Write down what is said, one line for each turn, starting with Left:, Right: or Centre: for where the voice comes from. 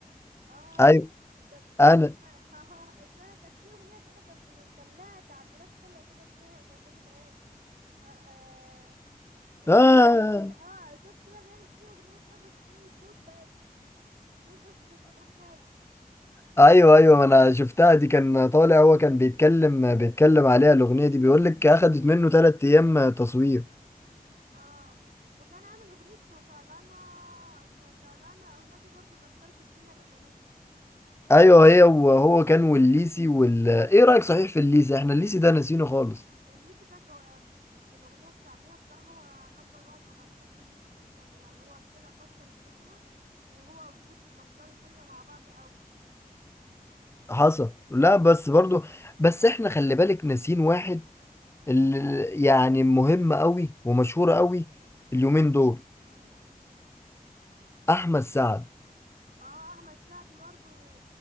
Right: اه
Left: ايوه
Right: انا طب
Left: انا
Right: آه، ها ها السنة كانت في اغنية كده كان بي... كان لها تعبيرات حلوة كده اسمها كان بيعمل ايه ها آه... هو
Left: آه
Right: ليه صوت كده اه صوت كده بيعمل فيه اغنية كده بس بيعمل صوت بس صوت بس بس كان حلو
Left: أيوه أيوه ما أنا شفتها دي كان طالع هو كان بيتكلم بيتكلم عليها الأغنية دي بيقول لك أخدت منه تلات أيام تصوير
Right: اه وكان عامل اغنية سطلانة سطلانة الاغنية دي برضو كسرت الدنيا لما نزلت
Left: أيوه هي وهو كان والليسي وال إيه رأيك صحيح في الليسي؟ إحنا الليسي ده ناسينه خالص
Right: الليسي ده جو... في الأغنية الشعبية بصراحة هو نمبر وان أنا بحب الليسي جدا يعني هو طلع كسر الدنيا وهو بوسي كسروا الدنيا مع بعض قوي
Left: حصل لا بس برضو بس إحنا خلي بالك ناسين واحد اللي يعني مهم أوي ومشهور أوي اليومين دول
Right: مين
Left: أحمد سعد
Right: اه أحمد سعد برضو